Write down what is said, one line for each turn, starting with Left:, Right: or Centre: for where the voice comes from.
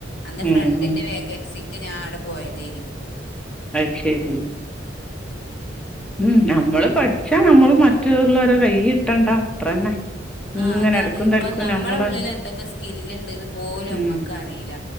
Left: അന്ന്
Centre: ഉം
Left: ഫ്രണ്ടിന്റെ
Centre: ഉം
Left: വേക്കൻസിക്ക് ഞാൻ അവിടെ പോയതേനി
Centre: അയ്ശെരി
Left: ഉം
Centre: ഉം
Left: അന്ന്
Centre: നമ്മള് പഠിച്ചാ നമ്മൾ മറ്റുള്ളവരോട് കൈയ്യീട്ടണ്ട അത്രന്നെ
Left: ആഹ്
Centre: ഇങ്ങനെ
Left: അതാണ്
Centre: എടക്കും
Left: ഇപ്പൊ
Centre: തലക്കും
Left: നമ്മള
Centre: നമ്മള്
Left: ഉള്ളിൽ എന്തൊക്കെ സ്കില്ലണ്ട്ന്ന് പോലും
Centre: ഉം
Left: അമ്മക്ക് അറില